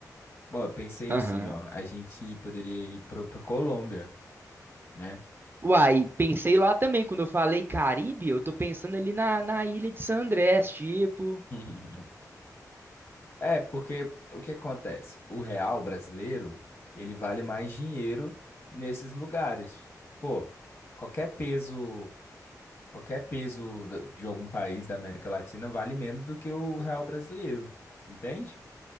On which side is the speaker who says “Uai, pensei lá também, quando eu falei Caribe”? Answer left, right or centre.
Right